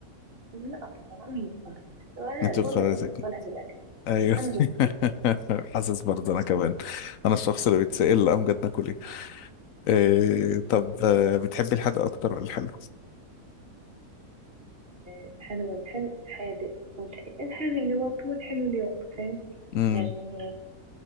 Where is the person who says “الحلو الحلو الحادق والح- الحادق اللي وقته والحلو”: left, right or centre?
Right